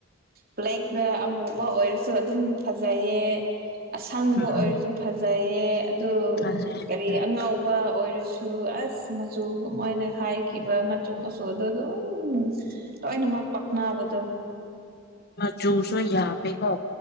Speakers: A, on the right (about 50°); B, on the left (about 50°).
A: ꯕ꯭ꯂꯦꯛꯛꯇ ꯑꯃꯨꯕ ꯑꯣꯏꯔꯁꯨ ꯑꯗꯨꯝ ꯐꯖꯩꯌꯦ ꯑꯁꯪꯕ
B: ꯎꯝ
A: ꯑꯣꯏꯔꯁꯨ ꯐꯖꯩꯌꯦ ꯑꯗꯨ
B: ꯐꯖꯩ
A: ꯀꯔꯤ
B: ꯐꯖꯩ
A: ꯑꯉꯥꯎꯕ ꯑꯣꯏꯔꯁꯨ ꯑꯁ ꯃꯆꯨꯒ ꯃꯣꯏꯅ ꯍꯥꯏꯈꯤꯕ ꯃꯆꯨ ꯃꯁꯗ ꯑꯗꯨ ꯎ ꯂꯣꯏꯅ ꯃ ꯄꯛꯅꯕꯗ
B: ꯃꯆꯨꯁꯨ ꯌꯥꯝꯃꯦꯀꯣ